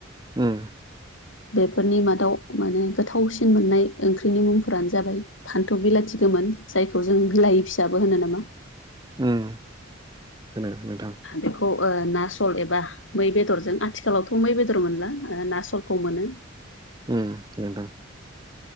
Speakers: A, on the right; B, on the left.
A: उम
B: बेफोरनि मादाव माने गोथावसिन मोननाय ओंख्रिनि मुंफोरानो जाबाय फान्थ' बिलाथि गोमोन जायखौ जों बिलाायि फिसाबो होनो नामा
A: उम होन नोंथां
B: बेखौ ना सल एबा मै बेदरजों आथिखालावथ' मै बेदर मोनला ना सलखौ मोनो
A: उम नोंथां